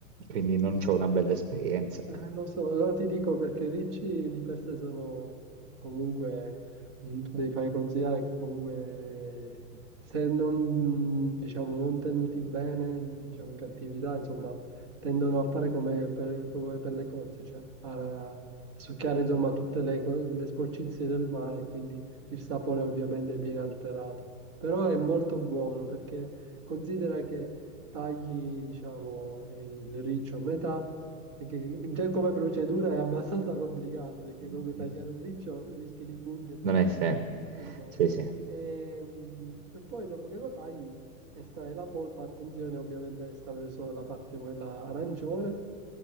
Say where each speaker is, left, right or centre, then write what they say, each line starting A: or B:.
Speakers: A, on the right (about 45°); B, on the right (about 20°).
A: quindi non c'ho una bella esperienza.
B: Eh, lo so, allora ti dico perché i ricci di per sé sono comunque, mm, tu devi fare considerare che comunque eh, se non, diciamo, non tenuti bene, in, diciamo, in cattività, insomma, tendono a fare come per, come per le cozze, cioè a, a succhiare, insomma, tutte le, co- le sporcizie del mare, quindi il sapore ovviamente viene alterato. Però è molto buono perché considera che tagli, diciamo, eh, il riccio a metà, perché già come procedura è abbastanza complicato, perché
A: Mm.
B: comunque tagliare un riccio rischi di pungerti
A: Non è sempre.
B: insomma.
A: Sì, sì.
B: Ehm, E, poi dopo che lo tagli, estrai la polpa, attenzione ovviamente a estrarre solo la parte quella arancione,